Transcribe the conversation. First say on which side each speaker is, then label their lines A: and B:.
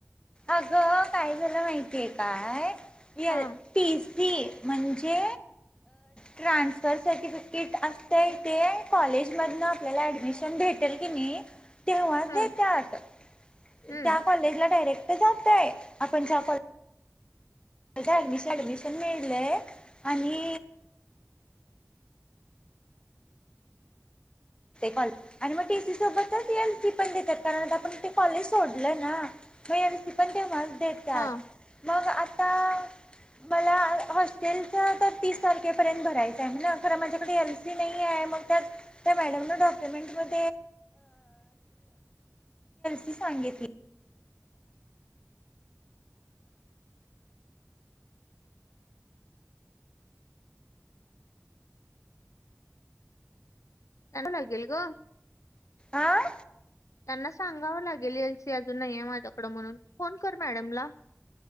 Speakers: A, on the left (about 20°); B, on the left (about 80°).
A: अगं काय झालं माहितीय काय यल
B: हा
A: तीस ती म्हणजे ट्रान्सफर सर्टिफिकेट असतं ते कॉलेजमधनं आपल्याला ॲडमिशन भेट तेल कनी तेव्हा देतात
B: ह हम्म
A: त्या कॉलेजला डायरेक्ट जातय आपण ज कॉ ॲडमिशन ॲडमिशन मिेळले आणि ॉ आणि मग टीसी सोबतच एल सी पण देतात कारण आ आपण ते कॉलेज सोडलं ना मग या लसी पण तेव्हाच देतात
B: हा
A: मग आता मला हॉस्टेलच तर तीस तारखेपर्यंत भरायचं आहे म्हणजे खरं माझ्याकडे एल नाही मग त्या वन्यू डॉक्यमेंट मल सी सांगली
B: त्याला लागेल ग
A: आं
B: त्यांना सांगावं लागेल एलसी अजून नाही आहे माझ्याकडं म्हणून फोन कर मॅडमला